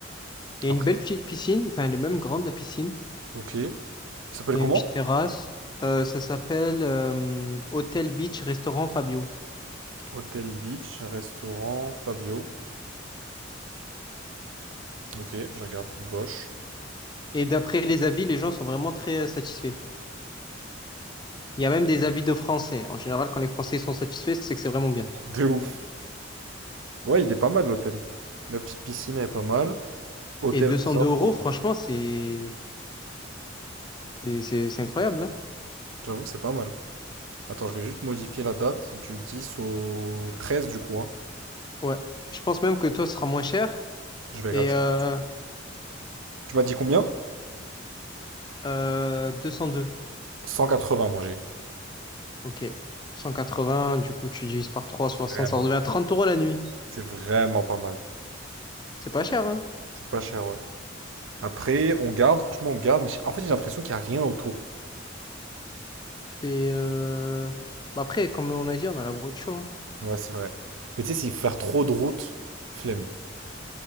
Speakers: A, on the left; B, on the right.
A: Il
B: Après.
A: y a une belle petite piscine, enfin elle est même grande la piscine.
B: Ok. Il s'appelle
A: Il
B: comment?
A: y a une petite terrasse. Euh, ça s'appelle euh, Hôtel Beach Restaurant Fabio.
B: Hôtel Beach, restaurant Fabio. Ok, je regarde. Bosch.
A: Et d'après les avis, les gens sont vraiment très euh, satisfaits. Il y a même des avis de Français. En général, quand les Français sont satisfaits, c'est que c'est vraiment bien.
B: De ouf. Ouais, il est pas mal l'hôtel. La petite piscine est pas mal. Hôtel
A: Et 202
B: Resort,
A: euros, franchement, c'est c'est c'est- c'est incroyable, hein.
B: j'avoue que c'est pas mal. Attends, je vais juste modifier la date du 10 au 13 du coup, hein.
A: Ouais. Je pense même que toi, ce sera moins cher.
B: Je vais regarder
A: Et
B: ça.
A: euh,
B: Tu m'as dit combien?
A: euh, 202.
B: 180 moi j'ai.
A: Ok. 180, du coup, tu divises par 3 60,
B: Vraiment.
A: ça redevient à 30 euros la nuit.
B: C'est vraiment pas mal.
A: C'est pas cher, hein?
B: C'est pas cher, ouais. Après, on garde, franchement, on garde, mais j'ai- en fait, j'ai l'impression qu'il n'y a rien autour.
A: C'est. euh, bah après, comme on a dit, on a la voiture. hein.
B: Ouais, c'est vrai. Mais tu sais, s'il faut faire trop de route, flemme.